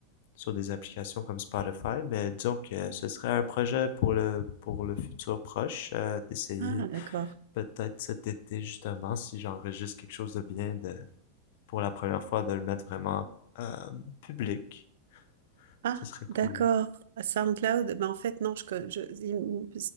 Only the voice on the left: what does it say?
sur des applications comme Spotify, mais disons que ce serait un projet pour le, pour le futur proche, euh, d'essayer
peut-être cet été justement, si j'enregistre quelque chose de bien, de, pour la première fois, de le mettre vraiment euh, public.
Ce serait cool.